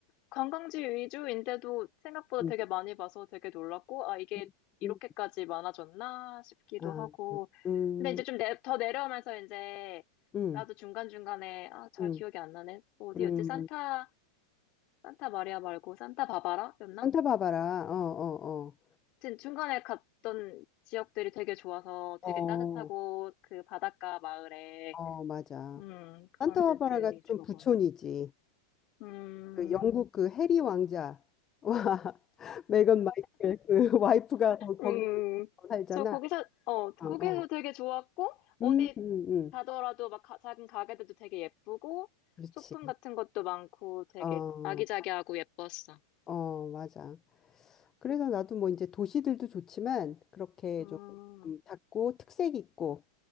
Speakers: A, on the left; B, on the left.
A: 관광지 위주인데도 생각보다
B: 음.
A: 되게 많이 봐서 되게 놀랐고, 아, 이게
B: 음,
A: 이렇게까지
B: 음.
A: 많아졌나 싶기도
B: 아.
A: 하고.
B: 음.
A: 근데 이제 좀 내, 더 내려오면서 이제,
B: 음.
A: 나도 중간중간에, 아, 잘
B: 음.
A: 기억이 안 나네. 어디였지?
B: 음.
A: 산타, 산타 마리아 말고 산타 바바라? 였나?
B: 산타바바라.
A: 하
B: 어, 어,
A: 튼 중간에 갔던 지역들이 되게 좋아서
B: 어.
A: 되게 따뜻하고,
B: 어.
A: 그 바닷가 마을에,
B: 어, 맞아.
A: 음, 그런
B: 산타바바라가
A: 데들이
B: 좀
A: 좋아서.
B: 부촌이지.
A: 음,
B: 그 영국 그 해리 왕자. 와. <laughs> 메건 마이클 그 와이프가 거- 거기
A: 음,
B: 살잖아.
A: 저 거기서, 어, 거기서
B: 어, 어.
A: 되게 좋았고, 어디
B: 음, 음, 음.
A: 가더라도 막 가- 작은 가게들도 되게 예쁘고,
B: 그렇지.
A: 소품 같은 것도 많고, 되게
B: 어,
A: 아기자기하고 예뻤어.
B: 어, 맞아. 그래서 나도 뭐 이제 도시들도 좋지만 그렇게
A: 음,
B: 좀 음, 작고 특색 있고